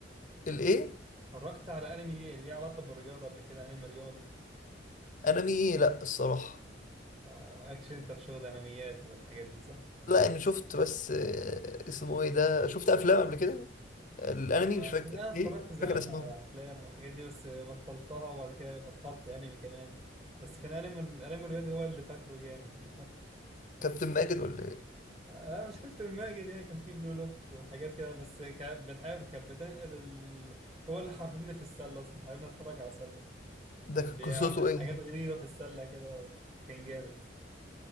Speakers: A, on the left; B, on the right.
A: الايه
B: اتفرجت على انمي ليه ليه علاقة بالرياضة قبل كده انمي رياضي
A: انمي إيه؟ لا الصراحة
B: آه، مالكش انت في شغل انميات والحاجات دي صح؟
A: لا يعني شفت بس آه، اسمه ايه ده شفت افلام قبل كده الانمي
B: لا انا
A: مش
B: كنت
A: فاكر
B: انا اتفرجت
A: ايه مش
B: زمان
A: فاكر اسمهم
B: على افلام والحاجات دي بس بطلتها وبعد كده بطلت انمي كمان بس كان انمي الانمي الرياضي هو اللي فاكره جامد دلوقتي <laughs>
A: كابتن ماجد ولا ايه
B: آه، مشكلة الماجد يعني كان فيه بلو لوك وحاجات كده بس كا- بالحقيقة كانت بتنقل ال... هو اللي حببني في السلة أصلا حببني أتفرج على سلة
A: ده
B: بيعمل
A: كان قصته ايه
B: حاجات
A: ده؟
B: غريبة في السلة كده كان جامد